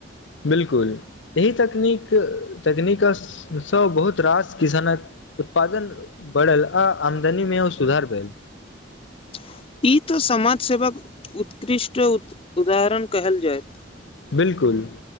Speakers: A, on the left (about 80°); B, on the left (about 30°).
A: बिल्कुल एहि तकनीक तकनीकसँ बहुत रास किसानक उत्पादन बढ़ल आ आमदनी मे ओ सुधार भेल
B: <inaudible> ई तऽ समाज सेेवक उत्कृष्ट उदाहरण कहेल जाय
A: बिल्कुल